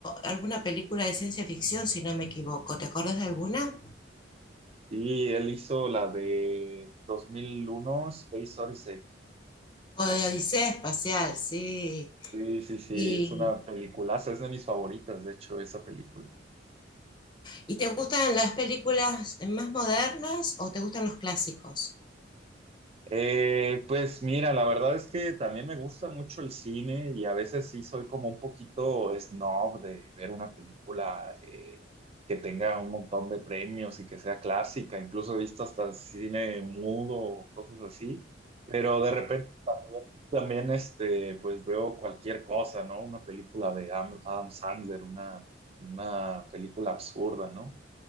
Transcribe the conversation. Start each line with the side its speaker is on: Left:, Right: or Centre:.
Left: alguna película de ciencia ficción, si no me equivoco. ¿Te acordás de alguna?
Right: Y él hizo la de 2001, Space Odyssey.
Left: O de Odisea Espacial, sí.
Right: Sí, sí, sí,
Left: ¿Y,
Right: es una peliculaza, es de mis favoritas, de hecho, esa película.
Left: y te gustan las películas más modernas o te gustan los clásicos?
Right: Eh, pues mira, la verdad es que también me gusta mucho el cine y a veces sí soy como un poquito snob de ver una película eh, que tenga un montón de premios y que sea clásica, incluso he visto hasta cine mudo o cosas así, pero de repente también este, pues veo cualquier cosa, ¿no? Una película de Am- Adam Sandler, una, una película absurda, ¿no?